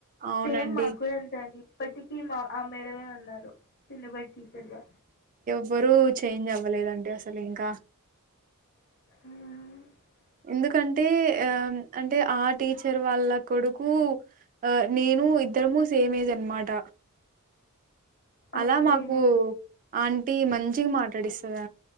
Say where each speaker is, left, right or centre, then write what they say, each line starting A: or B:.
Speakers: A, on the right; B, on the left.
A: అవునండి
B: సేమ్ మాగ్గుడా అంతే అండి ఇప్పటికీ మా ఆ మేడమే ఉన్నారు. నిన్న పాయ్ టీచర్ గా
A: ఎవ్వరు చేంజ్ అవ్వలేదండి అసలు ఇంకా
B: మ్
A: ఎందుకంటే ఆ అంటే ఆ టీచర్ వాళ్ళ కొడుకు ఆ నేను ఇద్దరముూ సేమ్ ఏజ్ అన్నమాట అలా
B: ఓకే.
A: మాకు ఆంటీ మంచిగా మాట్లాడిస్తుంది